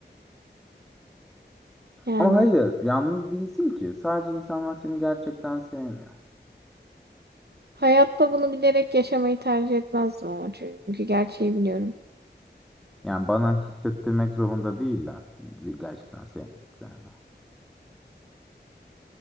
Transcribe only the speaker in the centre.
Ama hayır, yalnız değilsin ki. Sadece insanlar seni gerçekten sevmiyor.
Yani bana hissettirmek zorunda değiller. Bir- Gerçekten sevmediklerini.